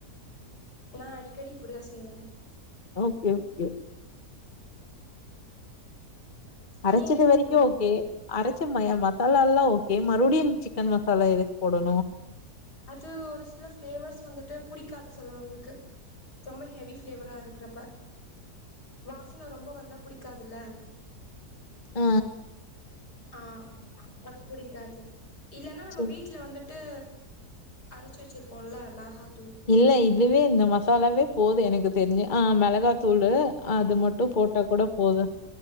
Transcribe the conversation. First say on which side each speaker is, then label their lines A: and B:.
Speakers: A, on the left; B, on the left.
A: நா அடிக்கடி இப்டிதா செய்வ
B: ஓகே ஓகே அரச்சது
A: நீங்க எப்டி
B: வரைக்கு
A: பண்ணுவீங்க
B: ஓகே அரச்சம மசாலால்லா ஓகே மறுபடியும் சிக்கன் மசாலா எதுக்கு போடணு
A: அது ஒரு சில ப்ளேவர்ஸ் வந்துட்டு புடிக்காது சிலவங்களுக்கு ரொம்ப ஹெவி ப்ளேவரா இருக்குறப்ப வாசன ரொம்ப வந்தா புடிக்காதுல்ல
B: அ
A: ஆ அது புடிக்காது இல்லன்னா நம்ம
B: சரி.
A: வீட்ல வந்துட் ட்டு அரச்சு வச்சிருப்போல்ல மெளகாத்தூள்
B: இல்ல இதுவே இந்த மசாலாவே போது எனக்கு தெரிஞ்சு ஆ மெளகாத்தூளூ அது மட்டு போட்டா கூட போது